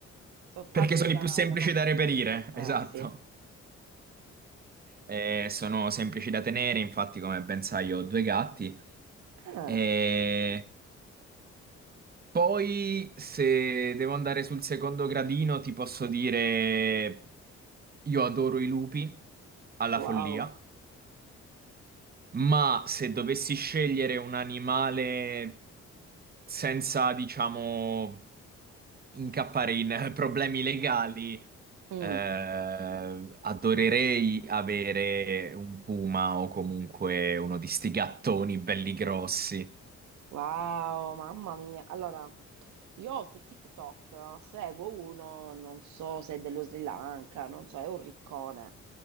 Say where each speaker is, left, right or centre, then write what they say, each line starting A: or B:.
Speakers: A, on the right; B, on the right.
A: Sono facili
B: perché sono i
A: da,
B: più semplici
A: da, man-
B: da reperire,
A: da sistemare.
B: <laughs> esatto.
A: Eh, sì.
B: Eh, sono semplici da tenere, infatti, come ben sai, io ho due gatti.
A: Ah,
B: E Poi, se devo andare sul secondo gradino, ti posso dire, io adoro i lupi alla
A: wow.
B: follia, ma se dovessi scegliere un animale senza, diciamo, incappare in <laughs> eh, problemi legali,
A: Mm.
B: eh, adorerei avere un puma o comunque uno di sti gattoni belli grossi.
A: Wow, mamma mia. Allora, io su TikTok seguo uno, non so se è dello Sri Lanka, non so, è un riccone.